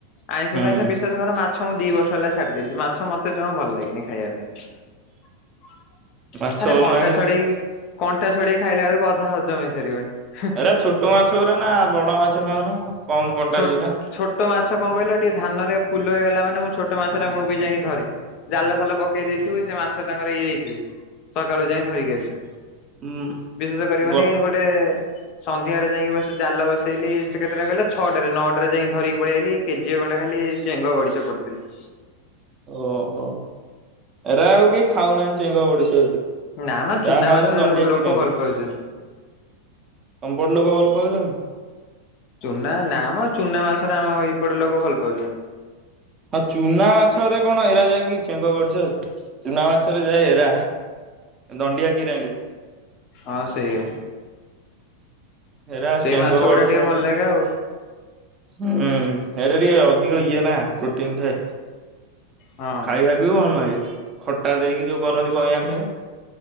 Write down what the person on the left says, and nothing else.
ଆଇଁ
ସେ ଫାଇଁ ସେ ବିଶେସ କର ମା ମାଛ ମୁଁ ଦି ବର୍ଷ ହେଲା ଛାଡି ଦେଇଛି ମାଛ ମତେ ଜମା ଭଲ ଲାଗେନି ଖାଇବା ପାଇଁ।
ଆରେ
କଣ୍ଟା
ଛଡେଇକି କଣ୍ଟା ଛଡେଇ ଖାଇଲା ବେଳକୁ ଅଧା ହଜମ ହେଇ ସାରିବଣି।
ଛୋ
ଛୋଟ ମାଛ କଣ କହିଲ ଟିକେ ଧାନରେ ଫୁଲ ହେଇଗଲା ମାନେ ମୁଁ ଛୋଟ ମାଛଟା ମୁଁ ବି ଯାଇକି ଧରି ଜାଲ ଫାଲ ପକେଇ ଦେଇଥିବୁ ସେ ମାଛ ତାଙ୍କର ଇଏ ହେଇଥିବି ସକାଳୁ ଯାଇ ଧରିକି ଆସିବୁ।
ବିଶେଷ କରିବନି
ଗୋଟେ ସନ୍ଧ୍ୟାରେ ଯାଇକି ବ ଜାଲ ବସେଇଲି। କେତେଟା ଗଲା ଛଅଟାରେ ନଅଟାରେ ଯାଇ ଧରିକି ପଳେଇ ଆଲି କେଜିଏ ଖଣ୍ଡା ଖାଲି ଚେଙ୍ଗ ଗଡିଶ ପଡୁଥିଲେ।
ନା ମ
ଚୁନା
ମାଛର
ର ଲୋକ
ଭଲ ପାଉଛନ୍ତି।
ଚୁନା ନା ଆମ ଚୁନା ମାଛରେ ଆମ ଏଇପଟେ ଲୋକ ଭଲ ପାଉଛନ୍ତି।
ହଁ ସେଇଆ।
ସେଇ
ମାଛ
ଗୁଡା ଟିକେ ଭଲ ଲାଗେ ଆଉ
ହଁ